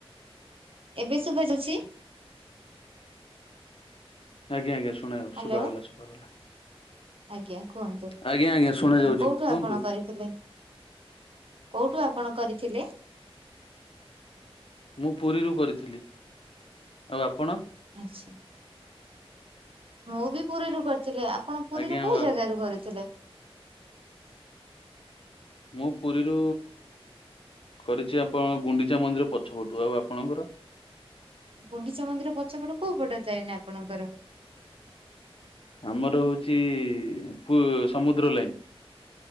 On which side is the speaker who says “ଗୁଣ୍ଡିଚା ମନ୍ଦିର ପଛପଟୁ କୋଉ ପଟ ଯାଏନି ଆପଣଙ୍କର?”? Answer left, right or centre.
Right